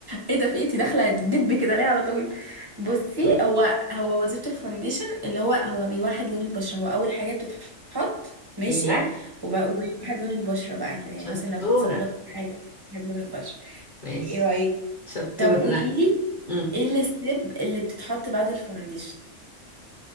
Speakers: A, on the right (about 25°); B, on the left (about 45°).
A: ايه ده في ايتي داخله دب كده ليه على طول بصي
B: م.
A: هو هو وظيفه الفاونديشن اللي هو هو بيوحد لون البشره هو اول حاجه بتتحط ماشي
B: ايه ها
A: وب- وبيوحد لون البشره بقى كده يعني
B: شطورة
A: مثلا لو في تصبغات او حاجه بيوحد لون البشره
B: ماشي
A: ايه رايك
B: شطورة
A: طب قولي
B: لا
A: لي
B: مم.
A: ايه الستيب اللي بتتحط بعد الفاونديشن